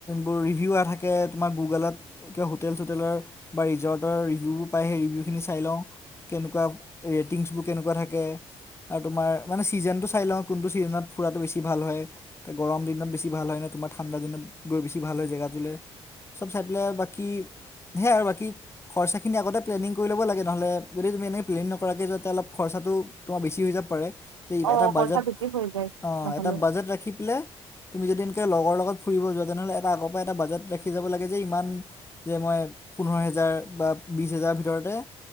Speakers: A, on the left; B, on the right.
A: বোৰ ৰিভিউ নাথাকে তোমাৰ গুগলত। কিবা হোটেল চোটেলৰ বা ৰিজৰ্টৰ ৰিভিউবোৰ পায় সেই ৰিভিউখিনি চাই লওঁ। কেনেকুৱা ৰেটিংছবোৰ কেনেকুৱা থাকে। আৰু তোমাৰ মানে ছিজনটো চাই লওঁ কোনটো ছিজনত ফুৰাটো বেছি ভাল হয় গৰম দিনত বেছি - কি ভাল হয় তোমাৰ ঠাণ্ডা দিনত গৈ বেছি ভাল হয় জেগাটোলে চব চাই পেলাই বাকী- সে আৰু বাকী- খৰচাখিনি আগতে প্লেনিং ল'ব লাগে নহ'লে যদি তুমি এনে প্লেনি নকৰাকৈ যাতে অলপ খৰচাটো- তোমাৰ বেছি হৈ যাব পাৰে যে
B: অ
A: এটা
B: খৰচা
A: বাজেট
B: বেছি হৈ যায়
A: অঁ
B: নহ'লে
A: এটা বাজেট ৰাখি পেলে- তুমি যদি এনেকৈ লগৰ লগত ফুৰিব যোৱা তেনেহ'লে এটা আগৰ পৰাই এটা বাজেট ৰাখি যাব লাগে যে ইমান- যে মই পোন্ধৰ হেজাৰ বা বিছ হেজাৰৰ ভিতৰতে-